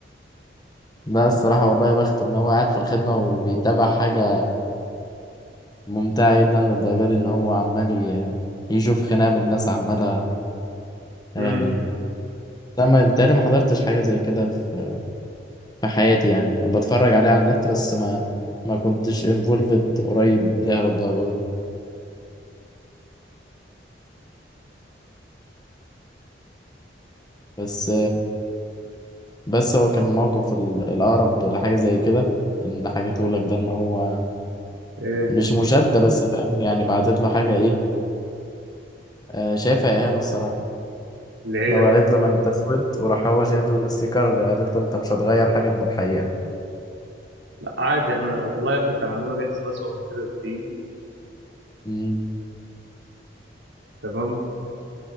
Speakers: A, on the left; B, on the right.
A: ده الصراحة والله يا بخت ان هو قاعد في الخدمة وبيتابع حاجة ممتعة جدا للدرجة دي ان هو عمال ي- يشوف خناقة بالناس عمالة
B: امم
A: يا لهوي لا ما انت ما حضرتش حاجه زي كده في في حياتي يعني انا بتفرج عليها على النت بس ما ما كنتش انفولفد قريب ليها للدرجه دي بس بس هو كان الموقف ال- الاقرب لحاجه زي كده ان حكيته لك ده ان هو
B: ايه
A: مش مشاده بس فاهم يعني بعتت له حاجه ايه آه، شايفها اهانه الصراحه
B: اللي هي
A: لو قالت له ما انت اسود وراح هو شايل الاستيكر قالت له انت مش هتغير حاجه من الحقيقه
B: لا عادي احنا والله يا ابني كان عندنا بيحصل اسوء من كده بكتير
A: امم
B: تمام